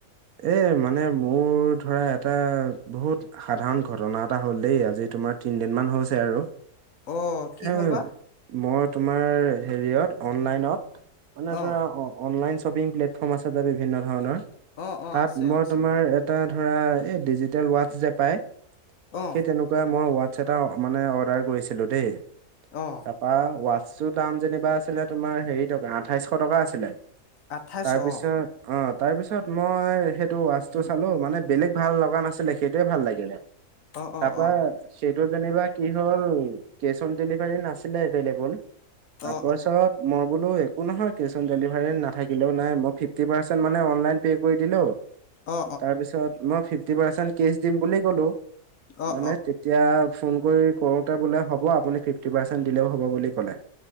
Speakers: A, on the right; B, on the left.
A: এ মানে মোৰ ধৰা এটা বহুত সাধাৰণ ঘটনা এটা হ'ল দেই আজি তোমাৰ তিনদিন মান হৈছে আৰু।
B: অ কি
A: এ
B: হ'ল বা
A: মই তোমাৰ হেৰিয়ত অনলাইনত। মানে এটা
B: অ
A: অনলাইন শ্বপিং প্লেটফৰ্ম আছে বিভিন্ন ধৰণৰ।
B: অ অ
A: তাত
B: আছে
A: মই
B: অ আছে
A: তোমাৰ
B: অ
A: এটা ধৰা এই ডিজিটেল ৱাচছ যে পাই।
B: অ
A: সেই তেনেকুৱাই মই হোৱাটছ এটটা মানে ডাৰ কৰিছিলো দেই।
B: অ
A: কাৰ পা টচৰ দাম যেনিবা আছিলে তোমাৰ হেৰি টকা আঠাইশ টকা আছিলে।
B: আঠাইছ
A: তাৰ পিছত
B: অ
A: অ' তাৰপিছত মই সেইটো ৱাচটো
B: উম
A: চালো মানে বেলেগ ভাল লগা নাছিলে সেইটোয়ে ভাল লাগিলে।
B: অ অ
A: তাৰ পৰা
B: অ
A: টো যেনিবা কি হ'ল কেচ অন ডেলিভাৰী নাছিলে এভেইলেবল। তাৰপাছত
B: অ
A: মই বোলো একো নহয় কে অন ডেলিভাৰী নাথাকিলেও নাই মই ফিফটি পাৰ্চেন্ট মানে অনলাইন পে' কৰি দিলো।
B: অ অ
A: তাৰ পিছত মই ফিফটি পাৰ্চেন্ট কেচ দিম বুলি ক'লো
B: অ অ
A: মানে
B: অ
A: তেতিয়া। ফোন কৰি কৰোতে বোলে হ'ব আপুনি ফিফটি পাৰ্চেন্ট দিলেও হ'ব বুলি ক'লে।